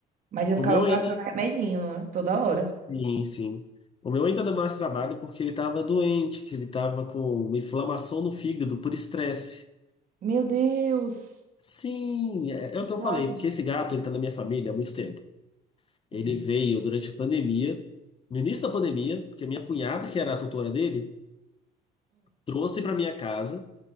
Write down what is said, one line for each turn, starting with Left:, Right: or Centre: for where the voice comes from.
Right: Mas eu ficava
Left: O meu
Right: passando
Left: ainda,
Right: remedinho, né? Toda hora.
Left: sim, sim. O meu ainda dá mais trabalho porque ele tava doente, que ele tava com uma inflamação no fígado por estresse.
Right: Meu Deus!
Left: Sim, é,
Right: Coitado.
Left: é o que eu falei, porque esse gato, ele tá na minha família há muito tempo. Ele
Right: Hum,
Left: veio durante a pandemia, no início da pandemia, porque a minha cunhada, que era a tutora dele, trouxe para minha casa,